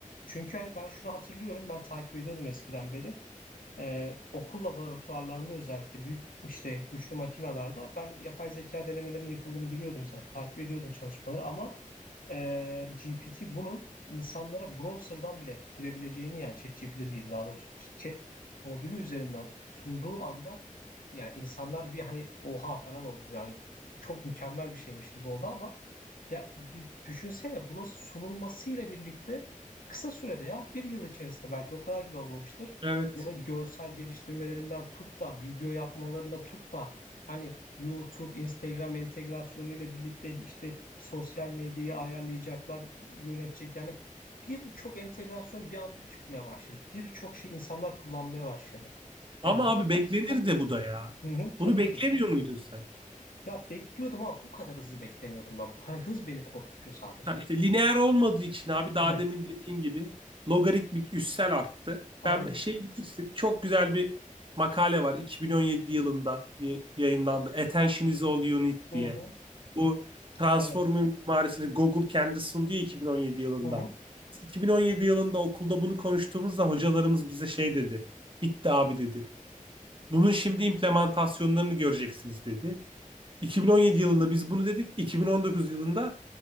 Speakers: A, on the left; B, on the right.
A: Çünkü hani ben şunu hatırlıyorum, ben takip ediyordum eskiden beri. Ee, okul laboratuvarlarında özellikle büyük işte güçlü makinalarda ben yapay zeka denemelerinin yapıldığını biliyordum zaten. Takip ediyordum çalışmaları ama e, GPT bunun insanlara browser'dan bile girebileceğini yani ChatGPT diyeyim daha doğrusu chat modülü üzerinden sunduğu anda yani insanlar bir hani oha falan oldu yani çok mükemmel bir şeymiş gibi oldu ama ya bir düşünsene bunun sunulmasıyla birlikte kısa sürede ya bir yıl içerisinde belki o kadar bile olmamıştır.
B: evet
A: Bunun görsel geliştirmelerinden tut da video yapmalarına tut da hani YouTube, Instagram entegrasyonuyla birlikte işte sosyal medyayı ayarlayacaklar, yönetecek yani birçok entegrasyon bir anda çıkmaya başladı. Birçok şey insanlar kullanmaya başladı.
B: Ama
A: Ya bu
B: abi beklenir
A: çok hızlı.
B: de bu da ya.
A: Hı hı,
B: Bunu
A: tabii
B: beklemiyor
A: ki.
B: muydun sen?
A: Ya bekliyordum ama bu kadar hızlı beklemiyordum ben. Hani hız beni korkutuyor sadece.
B: Ha işte lineer olmadığı için abi daha
A: Evet,
B: demin dediğin gibi logaritmik üssel arttı.
A: aynı.
B: Ben şey bilirsin çok güzel bir makale var 2017 yılında y- yayınlandı. Attention is all you need
A: Hı
B: diye.
A: hı,
B: Bu transformun
A: evet.
B: mimarisini Google kendi sundu ya 2017 yılında.
A: Hı hı,
B: Biz 2017 yılında okulda bunu konuştuğumuzda hocalarımız bize şey dedi. Bitti abi dedi. Bunun şimdi implementasyonlarını göreceksiniz dedi. 2017 yılında biz bunu dedik. 2019 yılında